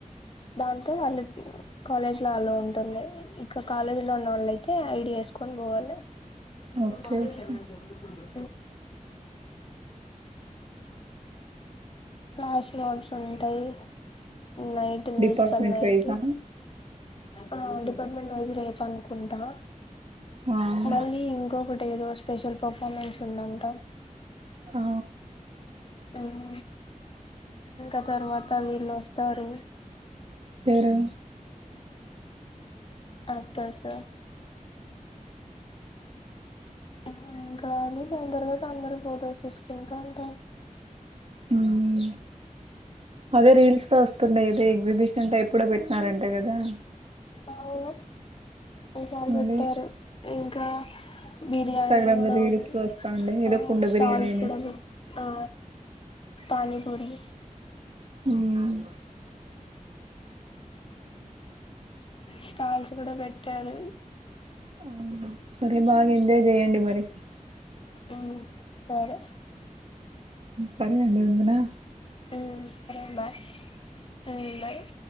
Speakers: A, on the left (about 40°); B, on the right (about 50°).
A: దాంతో వాళ్ళు కాలేజ్ ఇట్లాలో ఉంటుంది ఇంక కాలేజీ లో ఉన్న వాళ్ళు అయితే ఐడి వేసుకొని పోవాలి ఇప్పుడు
B: ఓకే
A: కాలేజ్
B: ఓకే
A: లో ఏమన్నా జరుగుతుందా ఫ్లాష్ మాబ్స్ ఉంటాయి నైట్ మ్యూజికల్
B: డిపార్ట్మెంట్
A: నైటు
B: వైజా
A: ఆ డిపార్ట్మెంట్ వైజు రేపు అనుకుంటా
B: ఆ
A: మళ్ళీ ఇంకొకటి అంటే ఏదో స్పెషల్ పెర్ఫార్మెన్స్ ఉందంట
B: ఆ
A: హ్మ్ ఇంకా తర్వాత వీళ్ళొస్తారు
B: ఎవరు
A: అత్తస మ్మ్ కాని దాని తర్వాత అందరు ఫొటోస్ తీసు ఇంకాంత
B: ఉమ్మ్ అదే రీల్స్ లో వస్తుండాయి ఇదే ఎగ్జిబిషన్ టైప్ ఎప్పుడో పెట్నారంట గదా
A: అవు ఈ సారి పెట్టారు
B: అదే
A: ఇంకా బిర్యానీ
B: ఇన్స్టాగ్రామ్
A: కూడా
B: లో రీల్స్
A: ఉంది
B: లో వస్తాండే ఏదో
A: ఆ
B: కుండ
A: స్టల్స్
B: బిర్యానీ అనేసి
A: కూడ పేట్ ఆ పానీపూరి
B: ఉమ్మ్మ్
A: స్టాల్స్ కూడా పెట్టారు
B: ఆ సరే బాగా ఎంజాయ్ చేయండి మరి
A: ఉమ్మ్ సరే
B: సరే అండి ఉందునా
A: ఉమ్మ్ సరే బాయ్ మ్మ్ బాయ్